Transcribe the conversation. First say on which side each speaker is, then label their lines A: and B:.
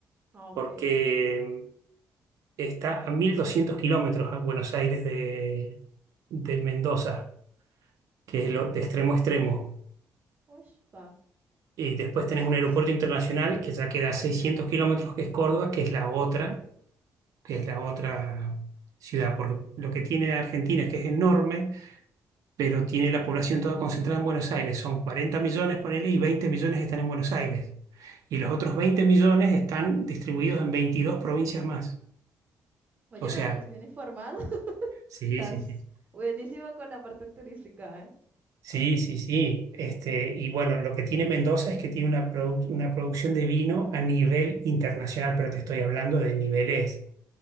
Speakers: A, on the right (about 25°); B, on the right (about 70°).
A: Ah, ok.
B: porque está a 1200 kilómetros a Buenos Aires de, de Mendoza, que
A: Ah,
B: es lo, de extremo a extremo.
A: uy, va.
B: Y después
A: Entonces,
B: tenés un aeropuerto internacional que ya queda a 600 kilómetros, que es Córdoba, que es la otra, que es la otra ciudad, porque lo que tiene Argentina es que es enorme pero tiene la población toda concentrada en Buenos Aires. Son 40 millones, ponele, y 20 millones están en Buenos Aires. Y los otros 20 millones están distribuidos en 22 provincias más.
A: oye,
B: O sea,
A: pero estás bien informado. <laughs>
B: sí,
A: Estás
B: sí, sí.
A: buenísimo con la parte turística, ¿eh?
B: Sí, sí, sí. Este, y bueno, lo que tiene Mendoza es que tiene una, produ- una producción de vino a nivel internacional, pero te estoy hablando de niveles